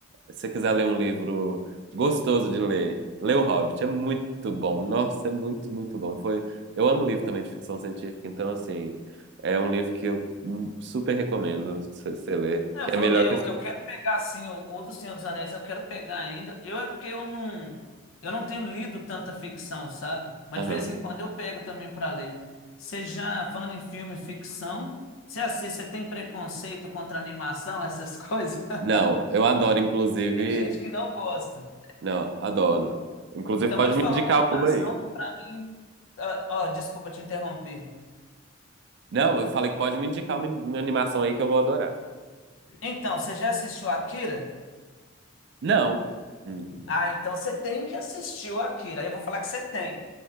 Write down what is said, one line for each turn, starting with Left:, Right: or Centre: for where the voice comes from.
Right: se você quiser ler um livro gostoso de ler, lê O Hobbit, é muito bom. Nossa, é muito, muito bom. Foi, eu amo livro também de ficção científica, então, assim, é um livro que eu hum, super recomendo você você ler,
Left: Eu
Right: que
Left: vou
Right: é melhor
Left: ler, eu,
Right: que o seu.
Left: eu quero pegar assim, o, o do Senhor dos Anéis eu quero pegar ainda. Eu é porque eu não eu não tenho lido tanta ficção, sabe? Mas
Right: Aham.
Left: de vez em quando eu pego também para ler. Você já, falando em filme e ficção, você assiste, você tem preconceito contra animação, essas coisas? <laughs>
Right: Não, eu adoro, inclusive,
Left: E tem gente que não gosta.
Right: não, adoro. Inclusive,
Left: Então
Right: pode
Left: vou te
Right: me
Left: falar
Right: indicar
Left: uma animação
Right: alguma aí.
Left: que para mim, ó, ó, desculpa te interromper.
Right: Não, eu falei que pode me indicar uma, uma animação aí que eu vou adorar.
Left: Então, você já assistiu Akira?
Right: Não, Hum.
Left: Ah, então você tem que assistir o Akira. Aí eu vou falar que você tem.